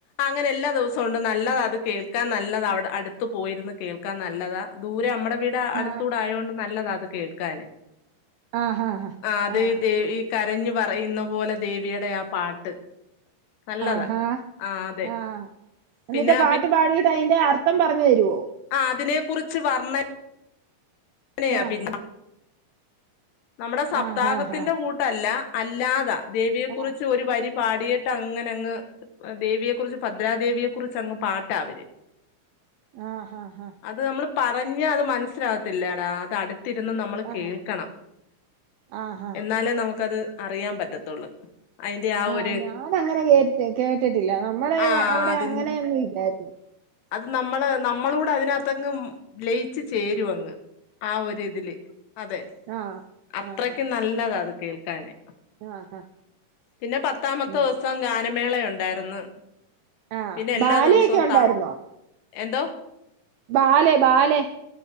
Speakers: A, on the left; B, on the right.
A: അങ്ങനെ എല്ലാ ദിവസം കൊണ്ട് നല്ലതാ അത് കേൾക്കാൻ നല്ലതാ അവിടെ അടുത്ത പോയിരുന്ന് കേൾക്കാൻ നല്ലതാ ദൂരെ നമ്മടെ വീട്
B: ആ
A: അടുത്തൂടെ ആയതൊണ്ട് നല്ലത അത് കേൾക്കൻ
B: ആഹാ
A: ആഹ് അത്
B: ആ
A: േദവി കരഞ്ഞു പറയുന്ന പോലെ ദേവിയുടെ ആഹ് പാട്ട്. നല്ലതാ
B: ആഹാ
A: ആ അതെ
B: ആഹ് എന്നിട്ട്
A: പിന്നെ
B: പാട്ട് പാടിട്ട് അതിന്റെ അർത്ഥം പറഞ്ഞു തരുവോ.
A: ആഹ് അതിനെ കുറിച്ച് വർണ അങ്ങന
B: ആഹ്
A: പി നമ്മുടെ സപ്താഹത്തിന്റെ
B: ആഹ് ആഹ്
A: കൂട്ടല്ല അല്ലാതാ ദേവിയെ
B: ആഹ്
A: കുറിച്ച് ഒരു വരി പാടിട്ട് അങ്ങനെ അങ്ങ് ദേവിയ കുറിച്ച് ഭദ്രാദേവിയെ കുുറിച്ച് അങ്ങ് പാട്ടാ അവര്
B: ആഹ് ഹാ ഹാ ഹാ.
A: അത് നമ്മൾ പറഞ്ഞ അത് മനസ്സിലാവത്തില്ലേടാ അത് അടു തിരുന്ന് നമ്മള്
B: ആഹ്
A: കേൾക്കണം
B: ആഹ് ആഹ്
A: എന്നാലേ നമുക്കത് അറിയാൻ പറ്റത്തുള്ളൂ. അതിന്റെ ആ
B: ആഹ്
A: ഒരു
B: ഞാങ്ങനെ കേട്ട് കേട്ടിട്ടില്ല നമ്മളെ
A: ആ
B: അവിടെ
A: അതി
B: അങ്ങനെയൊന്നും ഇല്ലായിരുന്നു.
A: അത് നമ്മള് നമ്മള കൂടെ അതിനകത്തങ്ങ് ലയിച്ച് ചേരു അങ്ങ്. ആഹ് ഒരിതില് അതെ
B: ആഹ്
A: അത്രയ്ക്കും
B: ആഹ്
A: നല്ലതാ അത് കേൾക്കാന്.
B: ആഹ് ആഹ്
A: പിന്നെ പത്താമത്തെ
B: ഉം
A: ദിവസം ഗാനമേളയ ഉണ്ടായിരുന്നു.
B: ആഹ്
A: പിന്നെ എല്ലാ
B: ബല്യൊക്കെ
A: ദിവസവും
B: ഉണ്ടായിരുന്നോ.
A: താ എന്തോ.
B: Ballet ballet.